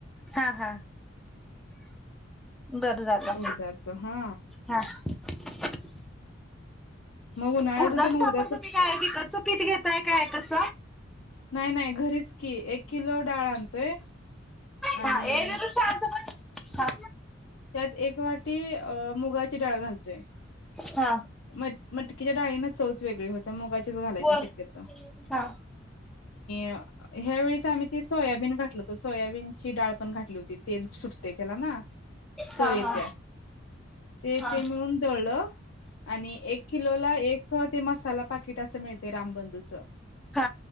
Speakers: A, in the centre; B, on the left.
A: हा हा बरं झालं
B: उडदाचं हा
A: हा <unintelligible>
B: मग उन्हाळ्याचं
A: उडदाच
B: ते उडदाचं
A: पापड तुम्ही काय विकचचं पीठ घेताय काय कस
B: नाही नाही घरीच की एक किलो डाळ आणतोय
A: हा
B: आणि
A: ए विरू शांत हा
B: त्यात एक वाटी अ मुगाची डाळ घालतोय
A: हा
B: म मट तिच्याडाईनच चौज वेगळी होते आता मुगाचीच घालायची
A: बोल
B: शक्यत आणि
A: हा
B: आणि ह्यावेळीस आम्ही ते सोयाबीन घातलत सोयाबीन ची डाळ पण घातलीती तेल सुटते त्याला ना चवेच्या
A: हा हा
B: ते
A: हा
B: ते मिळून दळलं आणि एक किलोला एक ते मसाला पाकिट असं मिळते रामबंधूच
A: हा